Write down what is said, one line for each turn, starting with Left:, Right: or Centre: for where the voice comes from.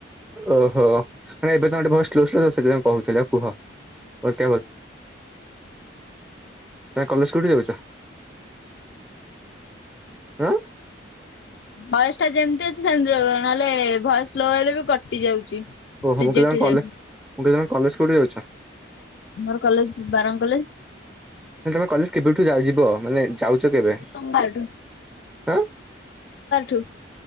Centre: ଓହୋ ମାନେ ଏବେ ତମ ଭଏସ୍ କ୍ଲିୟର ସୁଭୁଚି କହୁଥିଲ କୁହ <unintelligible> ତମେ କଲେଜ୍ କୋଠି ଯାଉଚ <inaudible> ଅଁ।
Left: ଭଏସ୍ ଟା ଯେମିତି ଅଛି ସେମିତିରହିବ। ନହେଲେ ଭଏସ୍ ସ୍ଲୋ ହେଲେ ବି କଟି ଯାଉଛି।
Centre: ଓହୋ
Left: ରିଜେକ୍ଟ
Centre: ମୁଁ କହିଲି ଜଣେ
Left: ହେଇଯାଉଛି
Centre: କଲେ ମୁଁ କହିଲି ତମେ କଲେଜ କୋଉଠି ଯାଉଛ?
Left: ଆମର କଲେଜ ବାରଙ୍ଗ କଲେଜ।
Centre: ତମେ କଲେଜ କେବେଠୁ ଯା ଯିବ ମାନେ ଯାଉଚ କେବେ
Left: ସୋମବାରଠୁ
Centre: ଆଁ
Left: ଠୁ।